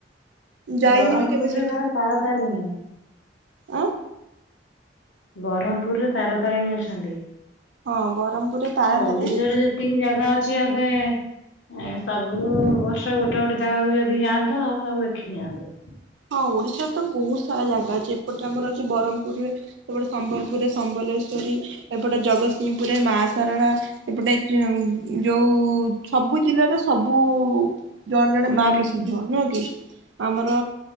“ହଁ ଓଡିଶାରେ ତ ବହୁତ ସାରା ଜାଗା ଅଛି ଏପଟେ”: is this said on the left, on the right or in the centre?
Right